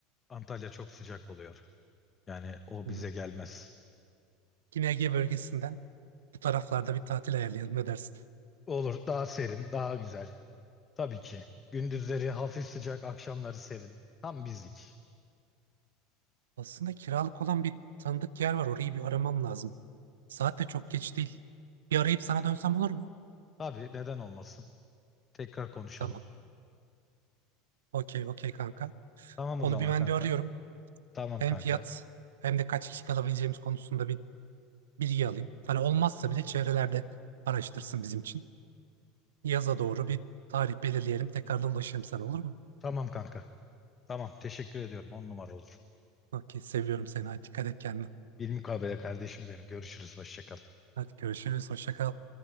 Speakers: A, on the left; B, on the right.
A: Antalya çok sıcak oluyor. Yani o
B: Hı.
A: bize gelmez.
B: Yine Ege bölgesinden bu taraflarda bir tatil ayarlayalım. Ne dersin?
A: Olur, daha serin, daha güzel. Tabii ki. Gündüzleri hafif sıcak, akşamları serin. Tam bizlik.
B: Aslında kiralık olan bir tanıdık yer var. Orayı bir aramam lazım. Saat de çok geç değil. Bir arayıp sana dönsem olur mu?
A: Tabii neden olmasın? Tekrar konuşalım.
B: Tamam. Okey, okey kanka.
A: Tamam
B: Onu
A: o zaman
B: bir ben
A: kanka.
B: bir arıyorum.
A: Tamam
B: hem
A: kanka.
B: fiyat hem de kaç kişi kalabileceğimiz konusunda bir bilgi alayım. Hani olmazsa bile çevrelerde araştırsın bizim için. Yaza doğru bir tarih belirleyelim. Tekrardan ulaşırım sana olur mu?
A: Tamam kanka. Tamam teşekkür ediyorum. On numara olur.
B: Okey seviyorum seni. Hadi dikkat et kendine.
A: Bir mukabele kardeşim benim. Görüşürüz. Hoşça kal.
B: Hadi görüşürüz. Hoşça kal.